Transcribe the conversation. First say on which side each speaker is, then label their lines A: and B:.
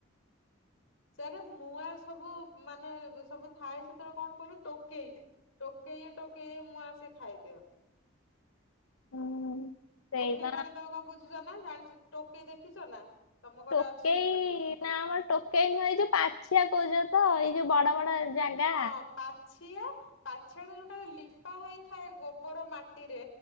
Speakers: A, on the left; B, on the left.
A: ସେନେ ନୂଆ ସବୁ ମାନେ ସବୁ ଥାଏ ସେତେବେଳେ କଣ କହିଲ ଟୋକେଇ। ଟୋକେଇଏ ଟୋକେଇଏ ମୁଁଆଁ ସିଏ ଖାଇଦିଅନ୍ତି।
B: ହୁଁ। ସେଇ
A: ଟୋକେଇ
B: ବା
A: ମାନେ ତମେ କଣ ବୁଝୁଚ ନା ଜାଣିଚ ଟୋକେଇ ଦେଖିଚ ନା? ତମ ଘରେ
B: ଟୋକେଇ
A: ଅଛି?
B: ନା ଆମର ଟୋକେଇ ନୁହଁ ଏଇ ଯଉ ପାଛିଆ କହୁଚ ତ? ଏଯୋଉ ବଡ ବଡ ଜାଗା।
A: ହଁ ପାଛିଆ। ପାଛିଆ ଯଉଟା ଲିପା ହେଇଥାଏ ଗୋବର ମାଟିରେ